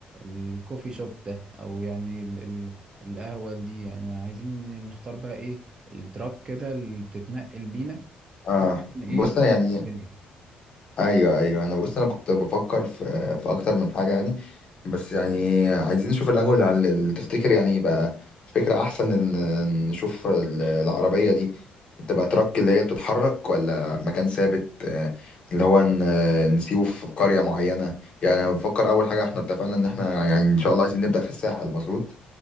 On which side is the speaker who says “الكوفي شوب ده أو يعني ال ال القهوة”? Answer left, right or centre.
Right